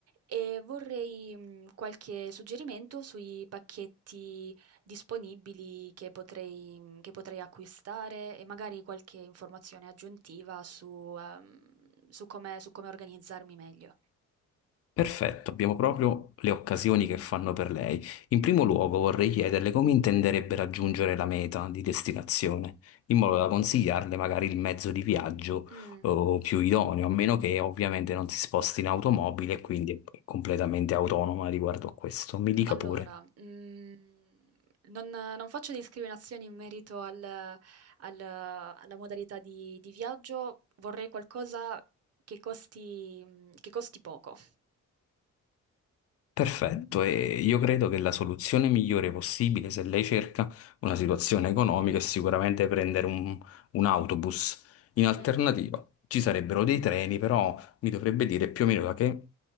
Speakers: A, on the right; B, on the left.
A: e vorrei mm, qualche suggerimento sui pacchetti disponibili che potrei, che potrei acquistare e magari qualche informazione aggiuntiva su, ehm, su come, su come organizzarmi meglio.
B: Perfetto, abbiamo proprio le occasioni che fanno per lei. In primo luogo vorrei chiederle come intenderebbe raggiungere la meta di destinazione, in modo da consigliarle magari il mezzo di viaggio
A: Mm.
B: eh, più idoneo, a meno che ovviamente non si sposti in automobile e quindi è completamente autonoma riguardo a questo. Mi dica
A: Allora,
B: pure.
A: mhmm, non non faccio discriminazioni in merito al al alla modalità di di viaggio, vorrei qualcosa che costi mhmm, che costi poco.
B: Perfetto, e io credo che la soluzione migliore possibile se lei cerca una situazione economica è sicuramente prendere un, un autobus. In alternativa
A: Mh.
B: ci sarebbero dei treni, però mi dovrebbe dire più o meno da che